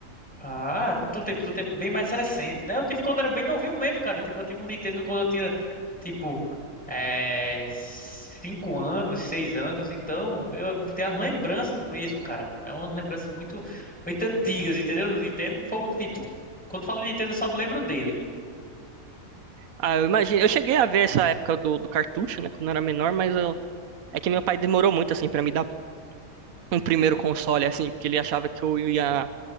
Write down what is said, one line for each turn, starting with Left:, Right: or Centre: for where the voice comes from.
Centre: Ah, no tu teve, tu teve bem mais recente, né? Eu tive quando era bem novinho mesmo, cara. Tipo, eu tive um Nintendo quando eu tinha, tipo, é, cinco anos, seis anos. Então, eu tenho as lembranças mesmo, cara. É uma lembrança muito, muito antigas, entendeu? Do Nintendo. Foi, tipo, quando falo Nintendo, eu só me lembro dele.
Right: Ah, eu imagino, eu cheguei a ver essa época do, do cartucho, né, quando eu era menor, mas eu, é que meu pai demorou muito, assim, pra me dar um primeiro console, assim, porque ele achava que eu ia,